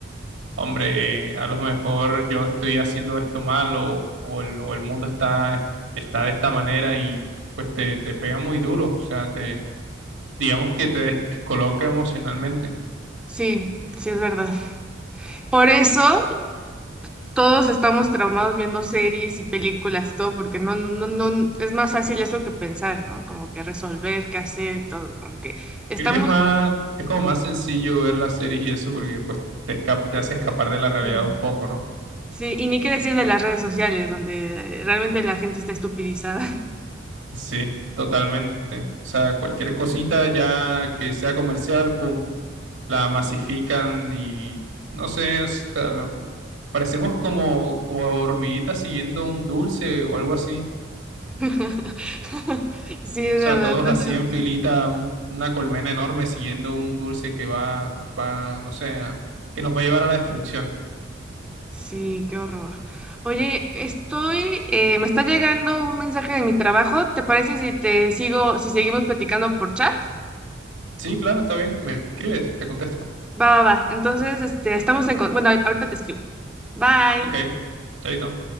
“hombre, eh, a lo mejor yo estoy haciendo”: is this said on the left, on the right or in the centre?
Right